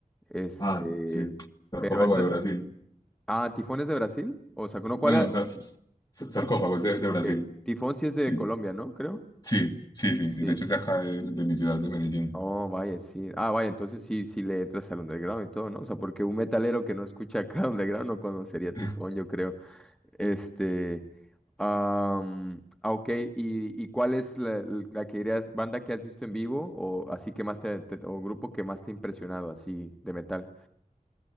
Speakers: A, in the centre; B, on the left.
A: Este,
B: Ah, sí, Sarcófago
A: pero esas.
B: de Brasil.
A: Ah, ¿Tifón es de Brasil? O sea, ¿no cuál
B: No,
A: era?
B: no, sa- sa- sa- Sarcófago
A: Ti-
B: es de, de
A: Ok,
B: Brasil.
A: Tifón sí es de
B: Sí,
A: Colombia, ¿no? Creo.
B: sí, sí, sí,
A: Sí.
B: de hecho es de acá, de de mi ciudad, de Medellín.
A: Oh, vaya, sí. Ah, vaya, entonces sí, sí le entras al underground y todo, ¿no? O sea, porque un metalero que no escucha acá <laughs> underground no conocería
B: <laughs>
A: Tifón, yo creo. Este. am, ah, ok, ¿y, y cuál es la, la que dirías, banda que has visto en vivo o así que más te, te- o grupo que más te ha impresionado así de metal?